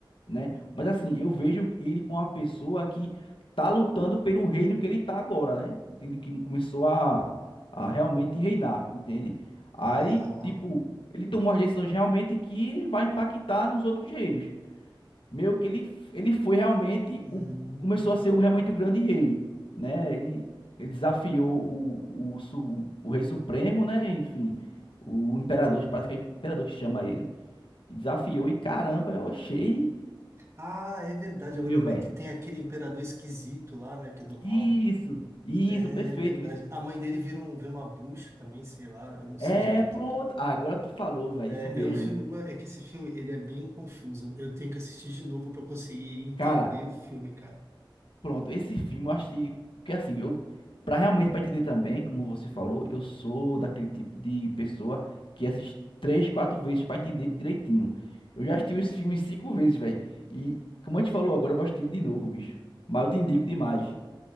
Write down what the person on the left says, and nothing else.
né? Mas assim, eu vejo ele com uma pessoa que tá lutando pelo reino que ele tá agora, né? Ele que começou a, a realmente reinar, entende? Aí,
tipo, ele tomou as decisões realmente que vai impactar nos outros reinos. Meio que ele, ele foi realmente
o, começou a ser o- realmente o grande rei, né? Ele, ele desafiou o, o, su- o rei supremo, né? Enfim, o imperador, parece que é o imperador que chama ele, e desafiou e caramba, eu achei
incrível,
velho.
Isso, isso,
perfeito.
Isso.
É,
pronto. Ah, agora tu falou, velho,
isso mesmo.
Cara,
pronto, esse filme eu achei que assim, eu para realmente para entender também, como você falou, eu sou daquele tipo de pessoa que assiste três, quatro vezes para entender direitinho. Eu já assisti esse filme cinco vezes, velho. E como a gente falou agora, eu vou assistir ele de novo, bicho. Mas eu te indico demais.